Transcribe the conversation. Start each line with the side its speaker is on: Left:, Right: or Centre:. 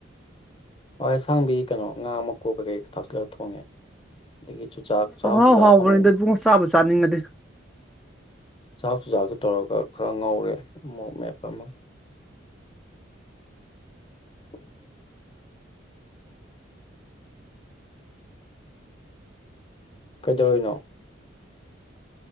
Left: ꯍꯋꯥꯢꯁꯥꯡꯕꯤ ꯀꯩꯅꯣ ꯉꯥ ꯃꯀꯣꯛ ꯀꯩꯀꯩ ꯊꯥꯛꯁꯤꯜꯂꯒ ꯊꯣꯡꯉꯦ ꯑꯗꯒꯤ ꯆꯨꯖꯥꯛ ꯆꯥꯛꯍꯥꯎ
Centre: ꯄꯪꯍꯥꯎ
Left: ꯆꯨꯖꯥꯛ
Centre: ꯍꯥꯎꯕꯅꯤꯗ
Left: ꯑꯃꯨꯕꯗꯣ
Centre: ꯏꯕꯨꯡꯉꯣ ꯆꯥꯕꯨ ꯆꯥꯅꯤꯡꯉꯗꯤ
Left: ꯆꯥꯛꯍꯧ ꯆꯨꯖꯥꯛꯇꯣ ꯇꯧꯔꯒ ꯈꯔ ꯉꯧꯔꯦ ꯃꯣꯔꯣꯛ ꯃꯦꯞꯄ ꯑꯃ ꯍ <inaudible> ꯀꯩꯗꯧꯔꯤꯅꯣ